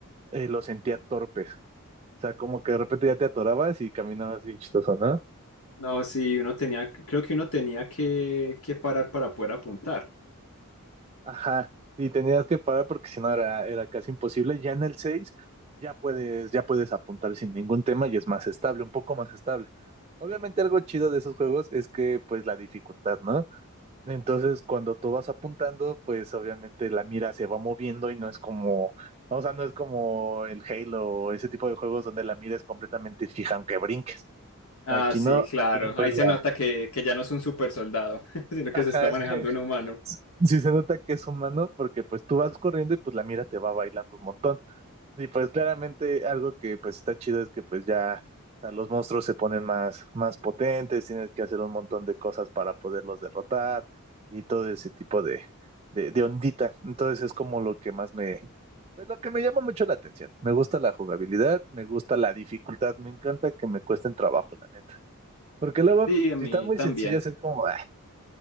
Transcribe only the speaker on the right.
eh, lo sentía torpes. O sea, como que de repente ya te atorabas y caminabas bien chistoso, ¿no?
Ajá. Sí, tenías que parar porque si no era, era casi imposible. Ya en el 6 ya puedes, ya puedes apuntar sin ningún tema y es más estable, un poco más estable. Obviamente algo chido de esos juegos es que pues la dificultad, ¿no? Entonces, cuando tú vas apuntando, pues obviamente la mira se va moviendo y no es como, o sea, no es como el Halo o ese tipo de juegos donde la mira es completamente fija, aunque brinques.
Aquí
no.
Y pues
la...
Ajá,
sí, <laughs>
sí se nota que es humano porque pues tú vas corriendo y pues la mira te va bailando un montón. Y pues claramente algo que pues está chido es que pues ya, o sea, los monstruos se ponen más, más potentes, tienes que hacer un montón de cosas para poderlos derrotar y todo ese tipo de, de, de ondita. Entonces es como lo que más me, pues lo que me llama mucho la atención. Me gusta la jugabilidad, me gusta la dificultad, me encanta que me cuesten trabajo, la neta. Porque luego,
si están muy
sencillas, es como, "Ah".